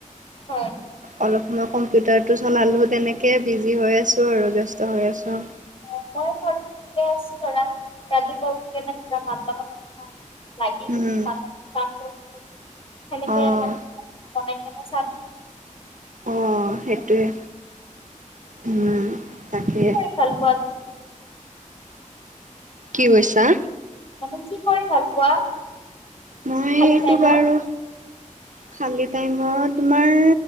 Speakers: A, on the left; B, on the right.
A: হয়।
B: অলপ সময় কম্পিউটাৰটো চলালোঁ তেনেকৈ বিজি হৈ আছোঁ আৰু ব্যস্ত হৈ আছোঁ।
A: মই ঘৰে আছোঁ ধৰা ৰাতিপুৱা উঠি কেনে ধৰা ভাল লগ কথা। <unintelligible>
B: উম অঁ
A: বনাই কিনে
B: অঁ সেইটোৱে,
A: <inaudible>
B: হুম‌ তাকে।
A: চালপত
B: কি কৈছা?
A: মানে কি কৰি ভাল পোৱা?
B: মই
A: খালী
B: এইটো
A: টাইমত
B: বাৰু খালী টাইমত, তোমাৰ